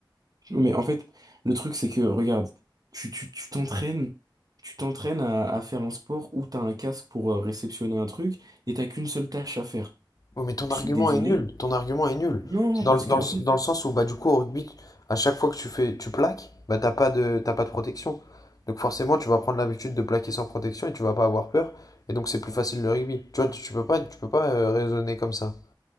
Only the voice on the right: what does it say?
Mais en fait, le truc c'est que regarde, tu tu tu t'entraînes Tu t'entraînes à, à faire un sport où t'as un casque pour euh, réceptionner un truc et t'as qu'une seule tâche à faire.
Je
suis désolé,
Non,
parce
que en
fait,